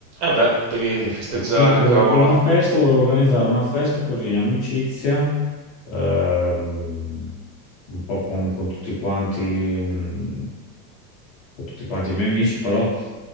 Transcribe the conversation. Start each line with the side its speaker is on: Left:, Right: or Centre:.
Right: Eh beh, devi
Left: E
Right: festeggiare,
Left: Quindi volevo
Right: cavolo.
Left: fare una festa, volevo organizzare una festa così in amicizia, ehm, un po' con, con tutti quanti, mm, con tutti quanti i miei amici, però